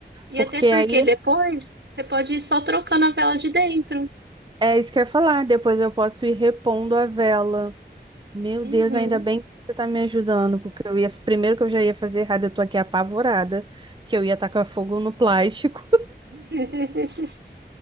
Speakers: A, on the right; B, on the right.
A: E
B: Porque
A: até porque
B: aí
A: depois você pode ir só trocando a vela de dentro.
B: É isso que eu ia falar. Depois eu posso ir repondo a vela. Meu
A: Uhum.
B: Deus, ainda bem que você tá me ajudando, porque eu ia, primeiro que eu já ia fazer errado, eu tô aqui apavorada, que eu ia tacar fogo no plástico.
A: <laughs>